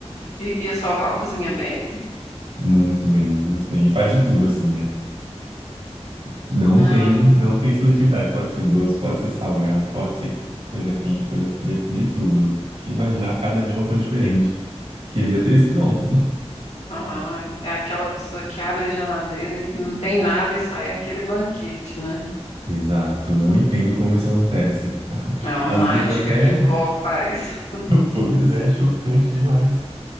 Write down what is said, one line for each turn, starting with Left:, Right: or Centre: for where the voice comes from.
Left: E, e a sua avó cozinha bem?
Right: Muito bem, muito bem. E faz de tudo assim, né? Não
Left: Ah.
Right: tem, não tem seletividade. Pode ser doce, pode ser salgado, pode ser coisa quente, coisa fria, de tudo. Que imaginar cada dia uma coisa diferente. Queria ter esse dom.
Left: Ah, é aquela pessoa que abre a geladeira e não tem nada e sai aquele banquete, né?
Right: Exato, não entendo como isso acontece. <laughs>
Left: É uma mágica
Right: Às vezes até.
Left: que vó
Right: <laughs>
Left: faz. <laughs>
Right: Pois é, chocante demais.